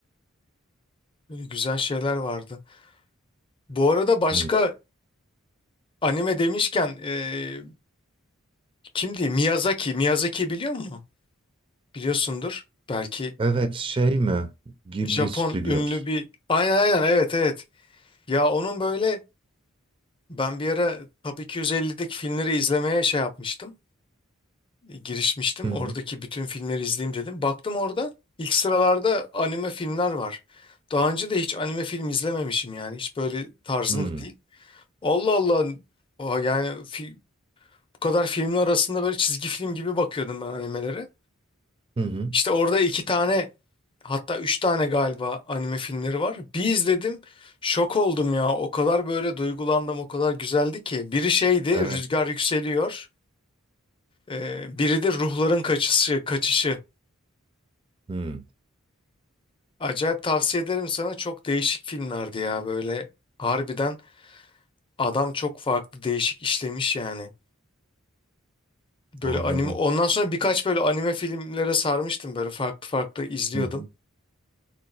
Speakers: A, on the left; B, on the right.
A: Böyle güzel şeyler vardı. Bu arada başka
B: Hı.
A: anime demişken ee, kim diyeyim Miyazaki. Miyazaki biliyor musun? Biliyorsundur. Belki
B: Evet şey mi? Ghibli
A: Japon
B: Studios.
A: ünlü bir aynen aynen evet evet. Ya onun böyle ben bir ara Top 250'deki filmleri izlemeye şey yapmıştım. girişmiştim.
B: Hı hı.
A: Oradaki bütün filmleri izleyeyim dedim. Baktım orada ilk sıralarda anime filmler var. Daha önce de hiç anime film izlememişim yani. Hiç böyle tarzım
B: Hı
A: da değil. Allah Allah. Oha yani fi- bu kadar filmin arasında böyle çizgi film gibi bakıyordum ben animelere.
B: hı. hı.
A: İşte orada iki tane hatta üç tane galiba anime filmleri var. Bir izledim şok oldum ya. O kadar böyle duygulandım o kadar güzeldi ki. Biri şeydi
B: Evet.
A: Rüzgar Yükseliyor. Ee, biri de Ruhların Kaçışı, Kaçışı.
B: Hı.
A: Acayip tavsiye ederim sana. Çok değişik filmlerdi ya böyle. Harbiden adam çok farklı değişik işlemiş yani. Böyle
B: Anladım.
A: anime ondan sonra birkaç böyle anime filmlere sarmıştım böyle farklı farklı izliyordum.
B: Hı hı.